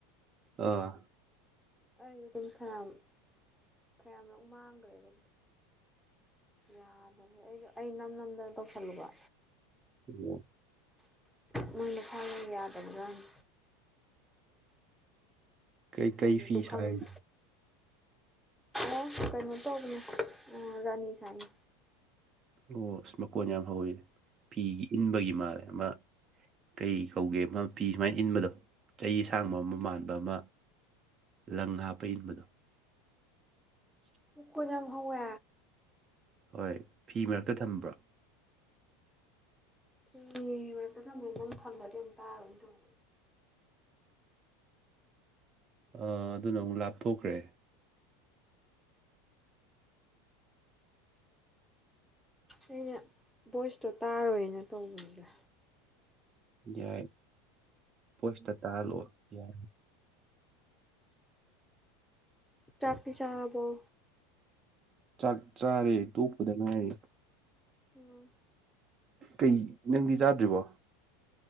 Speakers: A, on the right; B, in the centre.
A: ꯑꯥ
B: ꯑꯩꯁ ꯑꯗꯨꯝ ꯐꯅꯌꯥꯝ ꯐꯅꯌꯥꯝꯃꯨ ꯃꯥꯡꯈ꯭ꯔꯦꯕ ꯌꯥꯗꯕꯅꯦ ꯑꯩ ꯑꯩ ꯅꯝ ꯅꯝꯗ ꯇꯧꯁꯜꯂꯨꯕ
A: ꯎꯝ
B: ꯃ‌ꯣꯏ ꯃꯁꯥꯅ ꯌꯥꯗꯖꯥꯠꯅꯤ
A: ꯀꯩ ꯀꯩ
B: ꯑꯩꯗꯤ
A: ꯐꯤ
B: ꯑꯗꯨ
A: ꯁꯥꯔꯤꯅ‌ꯣ
B: ꯈꯪꯗꯦ ꯑꯣ ꯀꯩꯅꯣ ꯇꯧꯕꯅꯣ ꯑ ꯔꯥꯅꯤ ꯁꯥꯅꯤ
A: ꯑꯣ ꯑꯁ ꯃꯀꯣꯟ ꯌꯥꯝ ꯍꯧꯋꯤꯅ‌ꯦ ꯐꯤꯒꯤ ꯏꯟꯕꯒꯤ ꯃꯥꯜꯂꯦ ꯑꯃ ꯀꯩ ꯀꯧꯒꯦ ꯑꯃ ꯐꯤ ꯁꯨꯃꯥꯏꯅ ꯏꯟꯕꯗꯣ ꯆꯍꯤ ꯑꯁꯥꯡꯕ ꯑꯃ ꯃꯥꯟꯕ ꯑꯃ ꯂꯪ ꯍꯥꯞꯄ ꯏꯟꯕꯗꯣ <inaudible>
B: ꯃꯈ‌ꯣꯟ ꯌꯥꯝ ꯍꯧꯋꯦ
A: ꯍꯣꯏ ꯐꯤ ꯃꯔꯛꯇ ꯊꯝꯕ꯭ꯔꯣ
B: ꯊꯤ ꯃꯔꯛꯇꯗꯃꯦ ꯅꯝ ꯊꯜꯂꯗꯤ ꯑꯃꯝ ꯇꯥꯔꯅꯤ ꯇꯧ
A: ꯑ ꯑꯗꯨꯅ ꯑꯃꯨꯛ ꯂꯥꯞꯊꯣꯛꯈ꯭ꯔꯦ
B: ꯑꯩꯅ ꯚꯣꯏꯁꯇꯣ ꯇꯥꯔꯣꯏꯅ ꯇꯧꯕꯅꯤꯗ
A: ꯌꯥꯏ ꯕ‌ꯣꯏꯁꯇ ꯇꯥꯍꯜꯂꯣ ꯌꯥ
B: ꯆꯥꯛꯇꯤ ꯆꯥꯔꯕ‌ꯣ
A: ꯆꯥꯛ ꯆꯥꯔꯦ ꯇ‌ꯣꯄꯗ ꯉꯥꯏꯔꯤ
B: ꯎꯝ
A: ꯀꯩ ꯅꯪꯗꯤ ꯆꯥꯗ꯭ꯔꯤꯕꯣ